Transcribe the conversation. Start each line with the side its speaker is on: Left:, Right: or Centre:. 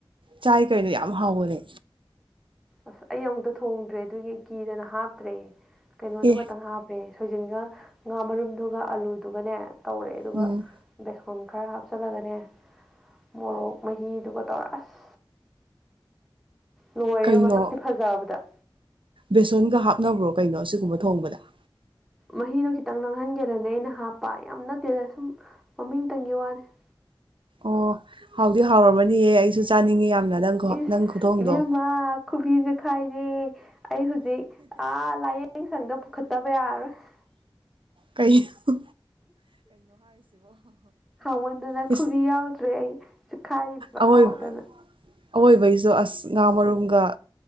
Right: ꯆꯥꯏ ꯀꯩꯅꯣ ꯌꯥꯝ ꯍꯥꯎꯕꯅꯦ
Centre: ꯑꯁ ꯑꯩ ꯑꯃꯨꯛꯇ ꯊꯣꯡꯗ꯭ꯔꯦ ꯑꯗꯨꯒꯤ ꯀꯤꯗꯅ ꯍꯥꯞꯇ꯭ꯔꯦ ꯀꯩꯅꯣꯗꯨ
Right: ꯑꯦ
Centre: ꯈꯛꯇꯪ ꯍꯥ ꯄꯦ ꯁꯣꯏꯖꯤꯟꯒ ꯉꯥ ꯃꯔꯨꯝꯗꯨꯒ ꯑꯂꯨꯗꯨꯒꯅꯦ ꯇꯧꯔꯦ ꯑꯗꯨꯒ
Right: ꯎꯝ
Centre: ꯕꯦꯁꯣꯟ ꯈꯔ ꯍꯥꯞꯆꯤꯜꯂꯒꯅꯦ ꯃꯣꯔꯣꯛ ꯃꯍꯤꯗꯨꯒ ꯇꯧꯔ ꯑꯁ ꯫ ꯂꯣꯏꯔꯦ
Right: ꯀꯩꯅꯣ
Centre: ꯃꯁꯛꯇꯤ ꯐꯖꯕꯗ
Right: ꯕꯦꯁꯣꯟꯒ ꯍꯥꯞꯅꯕ꯭ꯔꯣ ꯀꯩꯅꯣ ꯁꯣꯏꯕꯨꯝ ꯊꯣꯡꯕꯗ ꯫
Centre: ꯃꯍꯤꯗꯣ ꯈꯤꯇꯪ ꯅꯥꯡꯍꯟꯒꯦꯗꯅꯦ ꯑꯩꯅ ꯍꯥꯞꯄ ꯌꯥꯝ ꯅꯠꯇꯦꯗ ꯁꯨꯝ ꯃꯃꯤꯡꯇꯪꯒꯤ ꯋꯥꯅꯤ ꯫
Right: ꯑꯣ ꯍꯥꯎꯗꯤ ꯍꯥꯎꯔꯝꯃꯅꯤꯌꯦ ꯑꯩꯁꯨ ꯆꯥꯅꯤꯡꯉꯦ ꯌꯥꯝꯅ ꯅꯪ
Centre: ꯏꯁ
Right: ꯅꯪ ꯈꯨꯊꯣꯡꯗꯣ
Centre: ꯏꯕꯦꯝꯃ ꯈꯨꯕꯤꯁꯦ ꯆꯤꯈꯥꯏꯔꯦ ꯑꯩ ꯍꯧꯖꯤꯛ ꯑꯥ ꯂꯥꯏꯌꯦ ꯏꯁꯦꯡ ꯁꯪꯗ ꯄꯨꯈꯠꯇꯕ ꯌꯥꯔꯔꯣꯏ ꯫
Right: ꯀꯩ ꯁꯣ
Centre: ꯍꯥꯎꯃꯟꯗꯅ
Right: ꯏꯁ
Centre: ꯈꯨꯕꯤ ꯌꯥꯎꯗ꯭ꯔꯦ ꯑꯩ ꯫ ꯆꯈꯥꯏꯔꯤꯕ
Right: ꯑꯋꯣꯏ
Centre: ꯑꯍꯥꯎꯗꯅ
Right: ꯑꯋꯣꯏꯕꯩꯁꯨ ꯑꯁ ꯉꯥ ꯃꯔꯨꯝꯒ